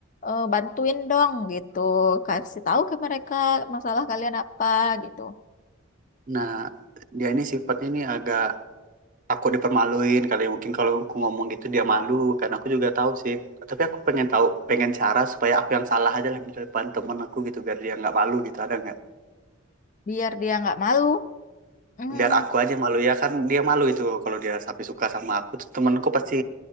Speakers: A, on the left; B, on the right.
A: eh, bantuin dong gitu, kasih tahu ke mereka masalah kalian apa gitu,
B: nah dia ini sifatnya ini agak aku dipermaluin kali ya. mungkin kalau aku ngomong gitu dia malu karena aku juga tahu sih tapi aku pengen tahu pengen cara supaya aku yang salah aja lah di depan temen aku gitu biar dia nggak malu gitu ada nggak
A: biar dia nggak malu. Hmm,
B: biar aku aja malu ya kan dia malu itu kalau dia sampai suka sama aku tuh temenku pasti